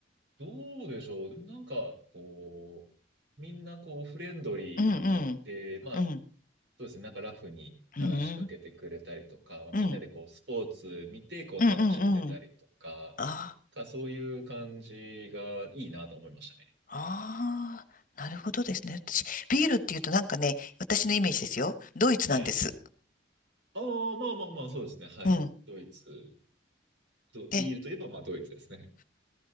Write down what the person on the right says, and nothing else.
どうでしょう。でもなんか、こう、みんなこう、フレンドリーで、
まあ、
そうですね。なんかラフに話しかけてくれたりとか、
まあ、みんなでこうスポーツ見てこう楽しんでたりとか、
かそういう感じがいいなと思いましたね。
はい。ああ、まあまあまあ、そうですね。はい。
ドイツ、ドビールといえばまあドイツですね。